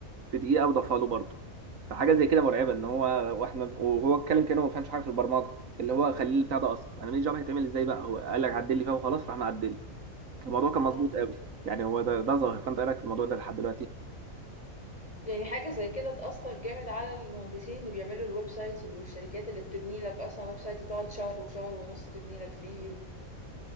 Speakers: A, on the right; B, on the left.
A: في دقيقه وضافها له برضه فحاجه زي كده مرعبه ان هو واحنا وهو اتكلم كانه ما بيفهمش حاجه في البرمجه اللي هو خليه البتاع ده اصلا انا ماليش دعوه هيتعمل ازاي بقى هو قال لك عدل لي فيها وخلاص راح معدل له الموضوع كان
B: اه
A: مظبوط قوي يعني هو ده ده ظاهر فانت إيه رايك في الموضوع ده لحد دلوقتي
B: يعني حاجة زي كده تأثر جامد على المهندسين اللي بيعملوا الويب سايتس وبي- والشركات اللي بتبني لك أصلا ويب سايت وتقعد شهر وشهر ونص تبني لك فيه و...